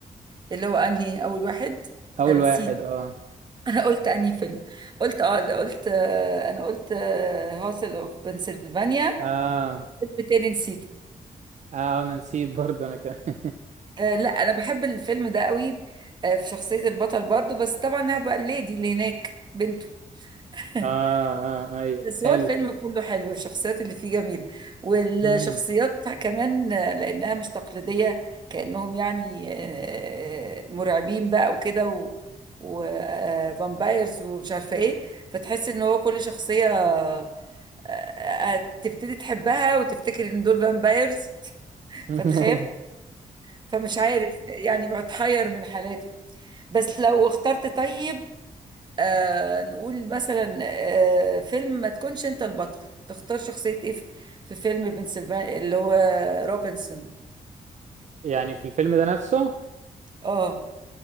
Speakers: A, on the right; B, on the right.
A: اللي هو انهي اول واحد
B: اول
A: انا
B: واحد
A: نسيت
B: اه
A: <laughs> انا قلت انهي فيلم قلت اه لا، قلت آه انا قلت هاسل اوف بنسلفانيا
B: اه
A: فيلم تاني نسيته
B: اه انا نسيت برضه انا كمان <laughs>
A: آه لا انا بحب الفيلم ده قوي آه في شخصية البطل برضو بس طبعا هبقى الليدي اللي هناك بنته
B: اه
A: <laughs>
B: اه ايوه
A: بس
B: حلو
A: هو الفيلم كله حلو والشخصيات اللي فيه جميلة والشخصيات
B: امم
A: كمان لأنها مش تقليدية كأنهم يعني آه، مرعبين بقى وكده وفامبايرز ومش عارفة ايه فتحس ان هو كل شخصية آه، آه، تبتدي تحبها وتفتكر ان دول فامبايرز <laughs>
B: <laughs>
A: فتخاف فمش عارف يعني متحير من حالاته بس لو اخترت طيب آه نقول مثلا آه فيلم ما تكونش انت البطل تختار شخصية ايه في في فيلم بنسلفانيا اللي هو روبنسون
B: يعني في الفيلم ده نفسه
A: اه